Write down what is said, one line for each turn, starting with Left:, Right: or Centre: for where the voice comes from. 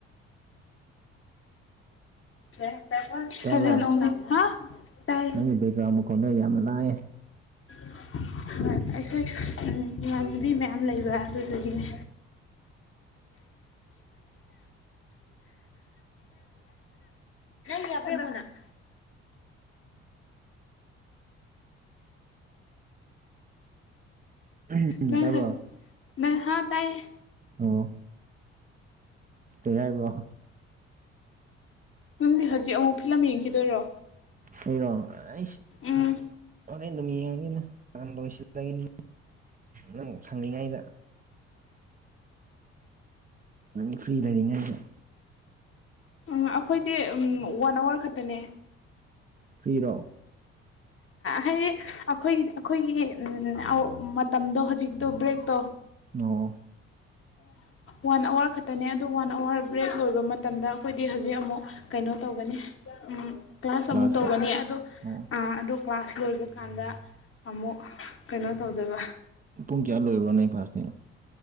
Left: <unintelligible>
Right: ꯇꯥꯕ꯭ꯔꯣ
Left: ꯁꯚꯦꯟ ꯑꯣꯡꯂꯤ ꯍꯥ ꯇꯥꯏ
Right: ꯅꯪꯒꯤ ꯕꯦꯛꯒ꯭ꯔꯥꯎꯟ ꯃꯈꯣꯟꯗꯣ ꯌꯥꯝꯅ ꯂꯥꯡꯉꯦ
Left: <inaudible> ꯍꯣꯏ ꯑꯩꯈꯣꯏ ꯏꯃꯥꯟꯅꯕꯤ ꯃꯌꯥꯝ ꯂꯩꯕ ꯑꯗꯨꯗꯨꯒꯤꯅꯦ <unintelligible> <unintelligible>
Right: ꯎꯝ
Left: ꯅꯪ
Right: ꯇꯥꯕ꯭ꯔꯣ
Left: ꯍꯧꯖꯤꯛ ꯅꯪ ꯍꯥꯠ ꯇꯥꯏꯌꯦ
Right: ꯑꯣ ꯀꯩ ꯍꯥꯏꯕ꯭ꯔ
Left: ꯅꯪꯗꯤ ꯍꯧꯖꯤꯛ ꯑꯃꯨꯛ ꯐꯤꯂꯝ ꯌꯦꯡꯈꯤꯗꯣꯏꯔꯣ
Right: ꯑꯩꯔꯣ ꯑꯩ
Left: ꯎꯝ
Right: ꯍꯣꯔꯦꯟ ꯑꯗꯨꯝ ꯌꯦꯡꯉꯒꯦꯗ ꯅꯍꯥꯟ ꯂꯣꯏꯁꯤꯜꯗꯒꯤꯅꯤ ꯅꯪ ꯁꯪꯂꯤꯉꯩꯗ ꯅꯪ ꯐ꯭ꯔꯤ ꯂꯩꯔꯤꯉꯩꯗ
Left: ꯎꯝ ꯑꯈꯣꯏꯗꯤ ꯑꯝ ꯋꯥꯟ ꯑꯋꯥꯔ ꯈꯛꯇꯅꯦ
Right: ꯐ꯭ꯔꯤꯔꯣ
Left: ꯍꯥꯏꯗꯤ ꯑꯈꯣꯏꯒꯤ ꯑꯈꯣꯏꯒꯤ ꯑꯧ ꯃꯇꯝꯗꯣ ꯍꯧꯖꯤꯛꯇꯣ ꯕ꯭ꯔꯦꯛꯇꯣ
Right: ꯑꯣ
Left: ꯋꯥꯟ ꯑꯋꯥꯔ ꯈꯛꯇꯅꯦ ꯑꯗꯨ ꯋꯥꯟ ꯑꯋꯥꯔ ꯕ꯭ꯔꯦꯛ ꯂꯣꯏꯕ ꯃꯇꯝꯗ ꯑꯈꯣꯏꯗꯤ ꯍꯧꯖꯤꯛ ꯑꯃꯨꯛ ꯀꯩꯅꯣ ꯀꯩꯅꯣ ꯇꯧꯒꯅꯤ ꯀ꯭ꯂꯥꯁ
Right: ꯀ꯭ꯂꯥꯁꯇ
Left: ꯑꯃꯨꯛ ꯇꯧꯒꯅꯤ ꯑꯗꯣ
Right: ꯑꯣ
Left: ꯑꯥ ꯑꯗꯣ ꯀ꯭ꯂꯥꯁ ꯂꯣꯏꯕ ꯀꯥꯟꯗ ꯑꯃꯨꯛ ꯀꯩꯅꯣ ꯇꯧꯗꯧꯕ
Right: ꯄꯨꯡ ꯀꯌꯥ ꯂꯣꯏꯕ꯭ꯔꯣ ꯅꯪ ꯀ꯭ꯂꯥꯁꯇꯤ